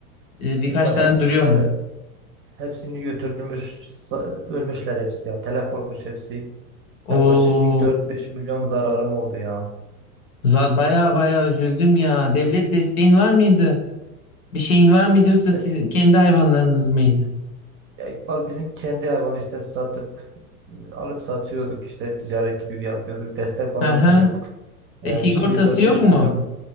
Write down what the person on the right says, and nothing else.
İkbal
hepsi
işte
hepsini götürmüş. sa- Ölmüşler hepsi ya. Telef olmuş hepsi.
Yaklaşık bir dört beş milyon zararım oldu ya.
İşte
ya İkbal bizim kendi hayvanı işte satıp e, alıp satıyorduk işte ticaret gibi bir yapıyorduk. Destek falan
da yok.
Ee,
şimdi dört
beş
milyon